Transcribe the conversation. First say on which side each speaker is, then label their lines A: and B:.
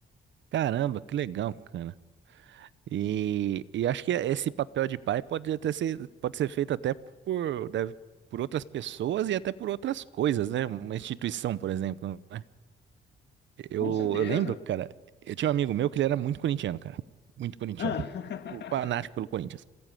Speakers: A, on the right (about 70°); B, on the left (about 60°).
A: Caramba, que legal, cara. E, e acho que esse papel de pai pode até ser, pode ser feito até por, deve- por outras pessoas e até por outras coisas, né? Uma instituição, por exemplo, né? Eu,
B: Com certeza.
A: eu lembro, cara, eu tinha um amigo meu que ele era muito corintiano, cara. Muito corintiano.
B: Ah,
A: Fanático pelo Corinthians.